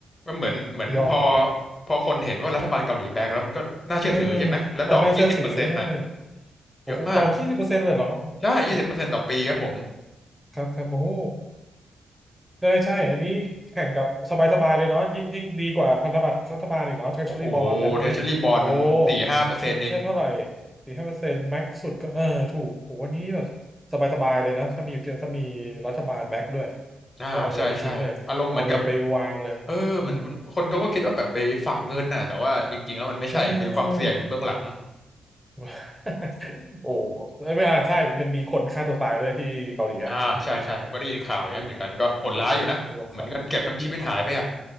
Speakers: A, on the left; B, in the centre.
A: มันเหมือนเหมือนพอ
B: ยอม
A: พอคนเห็นว่ารัฐบาลเกาหลีแบกแล้วมันก็น่าเชื่อถือใช่ไหมแล้วดอกยี่สิบเปอร์เซ็นต์น่ะ
B: เออความน่าเชื่อถือใช่โอ้โหดอกยี่สิบเปอร์เซ็นต์เลยเหรอ
A: เยอะมากใช่ยี่สิบเปอร์เซ็นต์ต่อปีครับผม
B: โอ้โหครับครับโอ้โหได้ใช่อันนี้แข่งกับสบายๆเลยเนาะยิ่งยิ่งดีกว่าพันธบัตรรัฐบาลอีกเนาะ Treasury
A: โอ้โห
B: Bond อะไรพวกเนี้ยโอ้
A: เทเชอลีบอลมันสี่ห้าเปอร์เซ็นต์เอง
B: มันแค่เท่าไหร่สี่ห้าเปอร์เซ็นต์แม็กสุดก็เออถูกโหวันนี้แบบสบายๆเลยนะถ้ามีถ้ามีรัฐบาลแบ็กด้วยมันก็เอาเงินไปทิ้งเลยเอาเงินไปวางเลยอืม
A: อ่าใช่ใช่อารมณ์เหมือนกับเออเหมือนคนเขาก็คิดว่าแบบไปฝากเงินน่ะแต่ว่าจริงๆแล้วมันไม่ใช่ไงมันมีความเสี่ยงอยู่เบื้องหลัง
B: เออ <laughs> โอ้ไม่อ่ะใช่มันมีคนฆ่าตัวตายด้วยที่เกาหลีอ่ะอืม
A: อ่าใช่ใช่ผมก็ได้ยินข่าวอย่างเงี้ยเหมือนกันก็โหดร้ายอยู่นะเหมือนเงินเก็บทั้งชีวิตหายไปอ่ะ
B: มีเออลองเขาเออมี